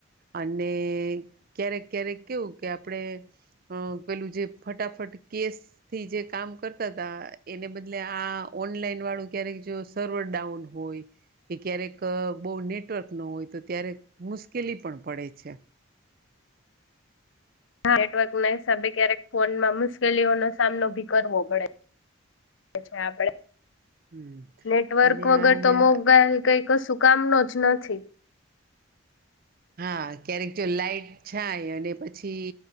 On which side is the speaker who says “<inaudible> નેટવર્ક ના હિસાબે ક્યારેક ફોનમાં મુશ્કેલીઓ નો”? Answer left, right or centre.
Left